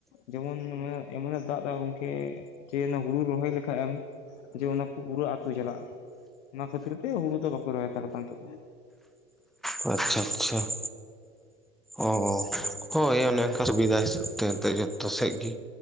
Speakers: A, on the left (about 65°); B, in the centre.
A: ᱡᱮᱢᱚᱱ ᱮᱢᱚᱱᱮ ᱫᱟᱜ ᱮᱫᱟ ᱜᱚᱝᱠᱮ ᱡᱮ ᱱᱚ ᱦᱩᱲᱩ ᱨᱚᱦᱚᱭ ᱞᱮᱠᱷᱟᱡ ᱮᱢ ᱡᱮ ᱚᱱᱟ ᱠᱚ ᱯᱩᱨᱟᱹ ᱟᱹᱛᱩ ᱪᱟᱞᱟᱜᱼᱟ᱾ ᱚᱱᱟ ᱠᱷᱟᱹᱛᱤᱨ ᱛᱮ ᱦᱩᱲᱩ ᱫᱚ ᱵᱟᱠᱚ ᱨᱚᱦᱚᱭ ᱦᱟᱛᱟᱨ ᱫᱟ ᱱᱤᱛᱳᱜ ᱫᱚ᱾
B: ᱟᱪᱪᱷᱟ ᱟᱪᱪᱷᱟ ᱚ, ᱦᱳᱭ ᱚᱱᱮ ᱚᱱᱠᱟ ᱥᱩᱵᱤᱫᱷᱟ ᱦᱤᱥᱟᱹᱵ ᱛᱮ ᱮᱱᱛᱮ ᱡᱚᱛᱚ ᱥᱮᱫ ᱜᱮ